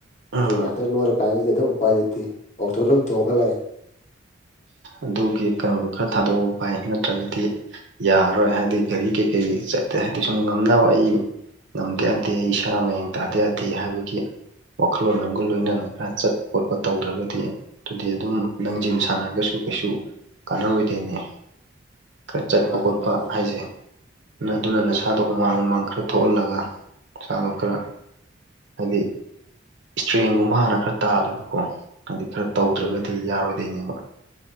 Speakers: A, on the right; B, on the left.
A: ꯎꯝ
B: ꯑꯗꯨ ꯌꯥꯗ꯭ꯔꯥ ꯅꯣꯏꯔꯀꯥꯟꯁꯤꯗꯗꯨ ꯎꯄꯥꯏ ꯂꯩꯇꯦ ꯑꯣꯛꯇꯣꯗ ꯑꯗꯨꯝ ꯇꯣꯡꯉ ꯂꯥꯛꯑꯦ
A: ꯑꯗꯨꯒꯤ ꯀꯩꯅꯣꯗ‌ꯣ ꯈꯔ ꯊꯥꯗꯣꯛꯑꯣ ꯚꯥꯏ ꯅꯠꯇ꯭ꯔꯒꯗꯤ ꯌꯥꯔꯔꯣꯏ ꯍꯥꯏꯗꯤ ꯒꯥꯔꯤ ꯀꯩꯀꯩ ꯑ ꯍꯥꯏꯗꯤ ꯁꯨꯝ ꯉꯝꯅꯕ ꯑꯩ ꯉꯝꯗ ꯌꯥꯗꯦ ꯑꯩ ꯏꯁꯥ ꯃꯌꯦꯡ ꯇꯥꯗ ꯌꯥꯗꯦ ꯍꯥꯏꯕꯒꯤ ꯋꯥꯈꯜꯂꯣꯟ ꯑꯃꯒ ꯂꯣꯏꯅꯅ ꯈꯔ ꯆꯠꯄ ꯈꯣꯠꯄ ꯇꯧꯗ꯭ꯔꯒꯗꯤ ꯑꯗꯨꯗꯤ ꯑꯗꯨꯝ ꯅꯪ
B: ꯎꯝ
A: ꯖꯤꯝ ꯁꯥꯟꯅꯔꯒꯁꯨ ꯀꯩꯁꯨ ꯀꯥꯟꯅꯔꯣꯏꯗꯩꯅꯦ ꯈꯔ ꯆꯠꯄ
B: ꯃꯥꯅꯦ
A: ꯈꯣꯠꯄ
B: ꯃꯥꯅꯦ
A: ꯍꯥꯏꯖ‌ꯦ ꯑꯗꯨꯅ
B: ꯎꯝ
A: ꯅꯁꯥꯗꯣ ꯍꯨꯃꯥꯡ ꯍꯨꯃꯥꯡ ꯈꯔ ꯊꯣꯛꯍꯜꯂꯒ ꯏꯁꯥꯥꯗꯣ ꯈꯔ ꯍꯥꯏꯗꯤ ꯏꯁꯇ꯭ꯔꯦꯡꯒꯨꯝꯕ ꯍꯥꯟꯅ ꯈꯔ ꯇꯥꯜꯂꯒꯀꯣ ꯍꯥꯏꯗꯤ ꯈꯔ ꯇꯧꯗ꯭ꯔꯒꯗꯤ
B: ꯎꯝ
A: ꯌꯥꯔꯣꯏꯗꯩꯅꯦꯕ